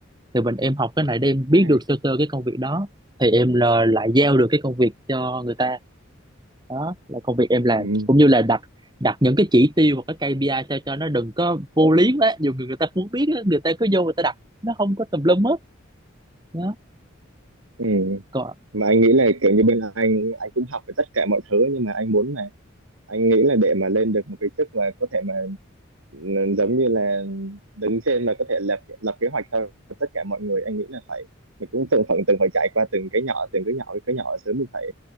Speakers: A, on the right; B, on the right.
A: thì mình em học cái này để em biết
B: à,
A: được sơ sơ cái công việc đó thì em là lại giao được cái công việc cho người ta đó là công việc em làm
B: ừ,
A: cũng như là đặt đặt những cái chỉ tiêu và cái KPI sao cho nó đừng có vô lý quá dù người người ta muốn biết á, người ta cứ vô người ta đặt nó không có tùm lum hết đó
B: ừ.
A: còn
B: mà anh nghĩ là kiểu như bên anh anh cũng học về tất cả mọi thứ nhưng mà anh muốn là anh nghĩ là để mà lên được một cái chức mà có thể mà n- giống như là đứng trên mà có thể lập lập kế hoạch cho tất cả mọi người anh nghĩ là phải mình cũng từng phần từng phải trải qua từng cái nhỏ từng cái nhỏ cái nhỏ sớm mình phải